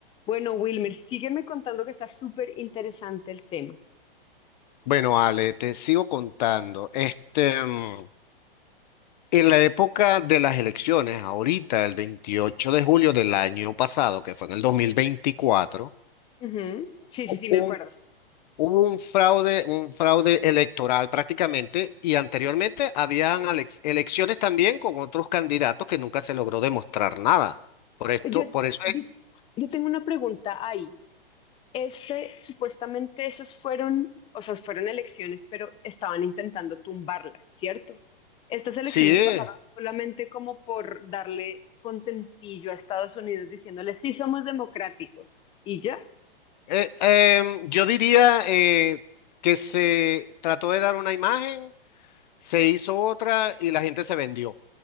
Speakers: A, on the left; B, on the left.
A: Bueno, Wilmer, sígueme contando que está súper interesante el tema.
B: Bueno, Ale, te sigo contando. Este, mm, en la época de las elecciones, ahorita, el 28 de julio del año pasado, que fue en el 2024,
A: Ujú. Sí, sí, sí,
B: un-
A: me acuerdo.
B: hubo un fraude, un fraude electoral prácticamente, y anteriormente habían alex- elecciones también con otros candidatos que nunca se logró demostrar nada. Por esto,
A: Yo,
B: por eso
A: yo,
B: es,
A: yo tengo una pregunta ahí. Este, supuestamente esas fueron, o sea, fueron elecciones, pero estaban intentando tumbarlas, ¿cierto? Estas elecciones
B: sí, eh,
A: pasaron solamente como por darle contentillo a Estados Unidos diciéndole, sí, somos democráticos. ¿Y ya?
B: eh, em, yo diría eh, que se trató de dar una imagen Se hizo otra y la gente se vendió